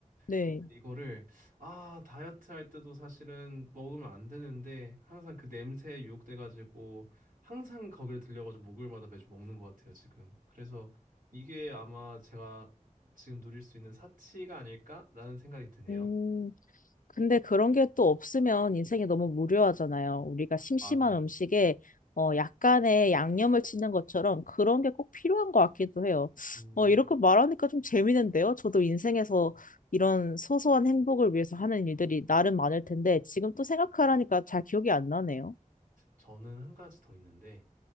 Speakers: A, on the left; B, on the right.
A: 네.
B: 근데 이거를 아, 다이어트 할 때도 사실은 먹으면 안 되는데 항상 그 냄새에 유혹돼 가지고 항상 거기를 들려 가지고 목요일마다 매주 먹는 것 같아요, 지금. 그래서 이게 아마 제가 지금 누릴 수 있는 사치가 아닐까라는 생각이 드네요.
A: 음, 근데 그런 게 또 없으면 인생이 너무 무료하잖아요. 우리가 심심한
B: 맞아요.
A: 음식에 어, 약간의 양념을 치는 것처럼 그런 게 꼭 필요한 것 같기도 해요.
B: 음,
A: 어, 이렇게 말하니까 좀 재밌는데요. 저도 인생에서 이런 소소한 행복을 위해서 하는 일들이 나름 많을 텐데 지금 또 생각하라니까 잘 기억이 안 나네요.
B: 저는 한 가지 더 있는데